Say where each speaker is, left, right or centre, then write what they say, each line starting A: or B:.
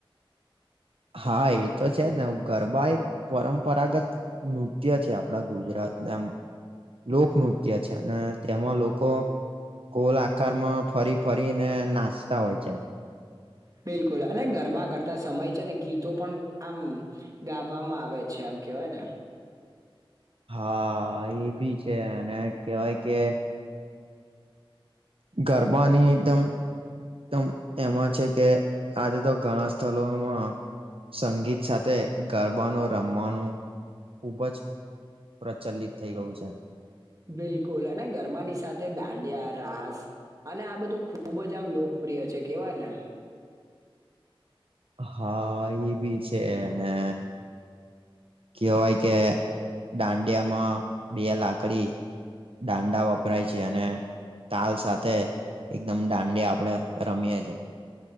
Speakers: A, on the right; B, on the right.
A: હા એ તો છે જ ને ગરબા એક પરંપરાગત નૃત્ય છે આપડા ગુજરાતનું એમ. લોકનૃત્ય છે અને તેમાં લોકો ગોલ આકારમાં ફરી ફરી ને નાચતા હોય છે.
B: બિલકુલ અને ગરબા કરતા સમય છે ને ગીતો પણ આમ ગાવામાં આવે છે એમ કેવાય ને
A: હા એ ભી છે અને કેહેવાય કે ગરબાની એકદમ એકદમ એમાં છે કે આજે તો ઘણા સ્થળોમાં સંગીત સાથે ગરબાનો રમવાનું ખુબ જ પ્રચલિત થઈ ગયું છે.
B: બિલકુલ અને ગરબાની સાથે દાંડિયા રાસ અને આ બધું ખુબ જ આમ લોકપ્રિય છે કેવાય ને
A: હા એ બી છે ને કેવાય કે દાંડિયામાં બે લાકડી દાંડા વપરાય છે અને તાલ સાથે એકદમ દાંડી આપડે રમીયએ છે એ